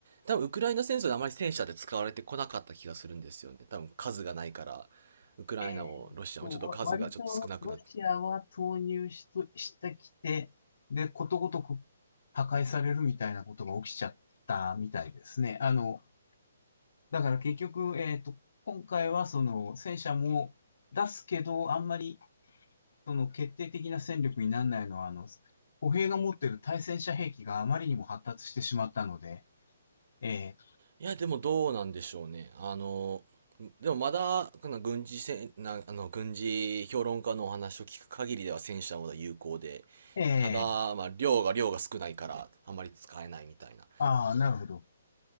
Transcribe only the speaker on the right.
多分ウクライナ戦争であまり戦車で使われてこなかった気がするんですよね。多分数がないから、ウクライナもロシアもちょっと数がちょっと少なくなっ
いや、でもどうなんでしょうね。あの、でもまだ、この軍事戦、な、あの、軍事評論家のお話を聞く限りでは戦車の方が有効で、
ただ、まあ、量が量が少ないから、あまり使えないみたいな。